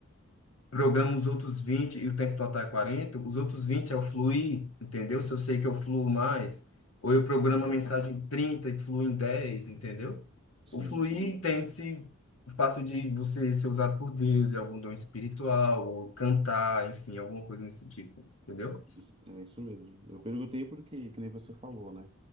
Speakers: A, on the left; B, on the right.
A: programa os outros 20 e o tempo total é 40 os outros 20 é o fluir, entendeu? Se eu sei que eu fluo mais, ou eu programo
B: Legal.
A: a mensagem em 30 e fluo em 10 entendeu?
B: Sim.
A: O fluir entende-se o fato de você ser usado por Deus, é algum dom espiritual, ou cantar, enfim, alguma coisa nesse tipo, entendeu?
B: Isso- É isso mesmo. Eu perguntei porque, que nem você falou, né?